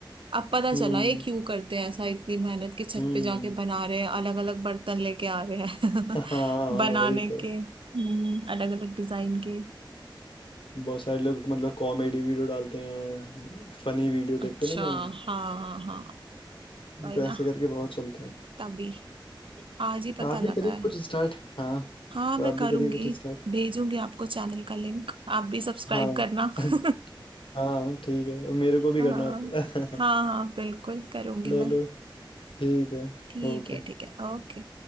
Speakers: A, on the right; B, on the left.
A: अब पता
B: हम्म
A: चला ये क्यों करते हैं ऐसा इतनी मेहनत की छत
B: हम्म
A: पे जाके बना रहे हैं अलग अलग बर्तन लेके आ रहे हैं
B: <laughs> हाँ हाँ
A: <laughs> बनाने
B: वही तो
A: के अलग अलग डिजाइन के
B: बहुत सारे लोग मतलब कॉमेडी वीडियो डालते हैं फनी वीडियो देखते
A: अच्छा
B: नहीं हम
A: हाँ हाँ भाई
B: तो
A: ना
B: ऐसे करके बहुत चलते हैं
A: तभी आज ही पता
B: आप भी
A: लगा
B: करिए कुछ स्टार्ट हाँ
A: हाँ
B: तो
A: मैं
B: आप
A: करूंगी
B: भी करिए कुछ स्टार्ट
A: भेजूंगी आपको चैनल का लिंक आप भी सब्सक्राइब
B: हाँ
A: करना
B: <laughs>
A: <laughs>
B: हाँ ठीक है मेरे को भी
A: हाँ
B: करना आप
A: हाँ
B: <laughs>
A: हाँ बिल्कुल करूंगी
B: चलो
A: मैं
B: ठीक है
A: ठीक
B: ओके
A: है ठीक है ओके